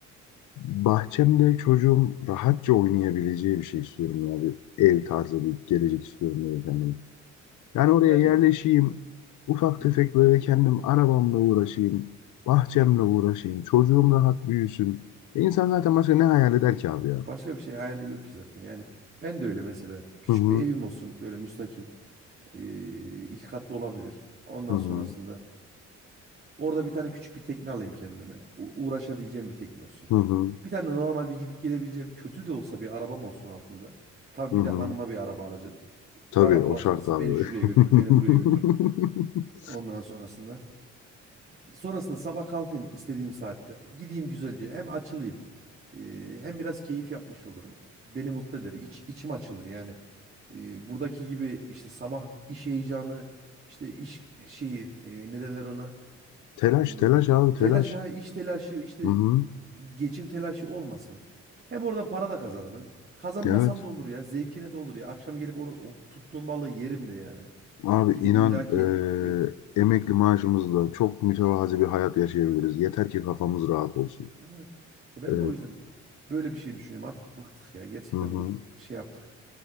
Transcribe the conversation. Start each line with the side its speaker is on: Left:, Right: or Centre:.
Left: bahçemde çocuğum rahatça oynayabileceği bir şey istiyorum abi. ev tarzı bir gelecek istiyorum böyle kendime. Yani oraya
Right: Yani
Left: yerleşeyim. Ufak
Right: hı
Left: tefek
Right: hı.
Left: böyle kendim arabamla uğraşayım. Bahçemle uğraşayım. Çocuğum
Right: Evet.
Left: rahat büyüsün. E insan zaten başka ne hayal eder ki abi ya?
Right: Başka bir şey hayali yok ki zaten. Yani ben de öyle mesela küçük
Left: Hı hı.
Right: bir evim olsun böyle müstakil, eee iki katlı olabilir. Ondan
Left: Hı hı.
Right: sonrasında Orada bir tane küçük bir tekne alayım kendime. U- uğraşabileceğim bir tekne olsun.
Left: Hı hı.
Right: Bir tane de normal bir gidip gelebileceğim kötü de olsa bir arabam olsun altında. Tabii
Left: Hı hı.
Right: bir de hanıma bir araba alacağım.
Left: Tabii
Right: Bana bulaşmasın.
Left: o şart abi.
Right: Beni şuraya götür, beni buraya
Left: <laughs>
Right: götür. Ondan sonrasında. Sonrasında sabah kalkayım istediğim saatte. Gideyim güzelce. Hem açılayım. e, hem biraz keyif yapmış olurum. Beni mutlu eder. İç, içim açılır yani. E, buradaki gibi işte sabah iş heyecanı, işte iş şeyi, e, ne derler ona?
Left: Telaş
Right: Em,
Left: telaş abi telaş.
Right: telaşa, iş telaşı, işte
Left: Hı hı.
Right: geçim telaşı olmasın. Hem oradan para da kazanırım. Kazanmasam
Left: Evet.
Right: da olur ya. Zevkine de olur ya. Akşam gelip onu o tuttuğum balığı yerim de yani.
Left: Abi
Right: Gidip
Left: inan
Right: illaki evet.
Left: e, emekli maaşımızla çok mütevazi bir hayat yaşayabiliriz. Yeter ki kafamız rahat olsun.
Right: Evet. E ben
Left: E,
Right: de o yüzden böyle bir şey düşünüyorum. Artık bıktık ya. Gerçekten
Left: hı hı.
Right: bık şey yaptık.